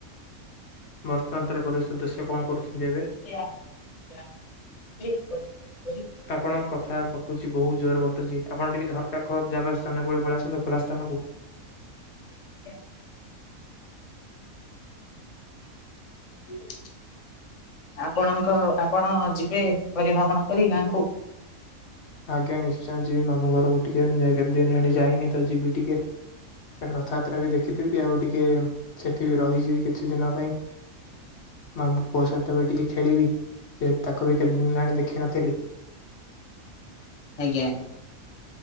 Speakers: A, on the left (about 60°); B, on the left (about 40°).
A: ବର୍ତ୍ତମାନ ତର ପରିବ ସଦସ୍ୟ କଣ କରୁଛନ୍ତି ଏବେ?
B: <unintelligible>
A: ଆପଣଙ୍କ କଥା କଟୁଛି ବହୁତ ଜୋରରେ କଟୁଛି ଆପଣ ଟିକେ ଝରକା କର ଜାଗା ସ୍ଥାନ ପଳେଇ ଆସନ୍ତୁ ଖୋଲା ସ୍ଥାନକୁ।
B: ଆଜ୍ଞା। <inaudible> ଆପଣଙ୍କ ଆପଣ ଯିବେ ପରିଭ୍ରମଣ କରି ଗାଁକୁ।
A: ଆଜ୍ଞା ନିଶ୍ଚୟ ଯିବି ମାମୁଁ ଘରକୁ ଟିକେ ଯାଇନି କେତେ ଦିନ ହେଲା ଯାଇନି ଯିବି ଟିକେ। ସେଇଟା ରଥଯାତ୍ରା ବି ଦେଖିଦେବି ଆଉ ଟିକେ ସେଠି ବି ରହିଯିବି କିଛି ଦିନ ପାଇଁ। ମାମୁ ପୁଅ ସହିତ ବି ଟିକେ ଖେଳିବି ଯେ ତାକୁ ବି କେତେଦିନ ହେଲାଣି ଦେଖିନଥିଲି।
B: ଆଜ୍ଞା।